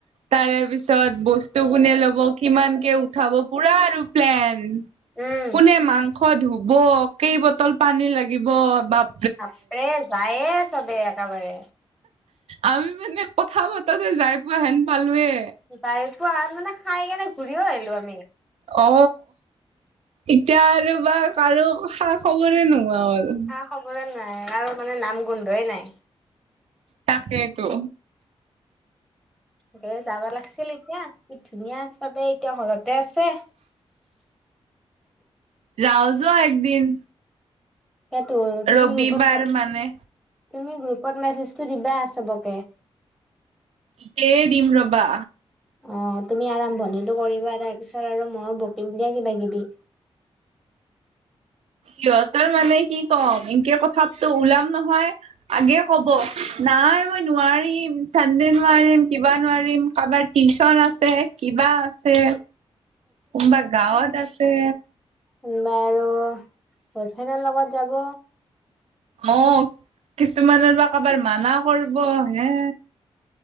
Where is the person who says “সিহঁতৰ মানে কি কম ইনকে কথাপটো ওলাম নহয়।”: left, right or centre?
Right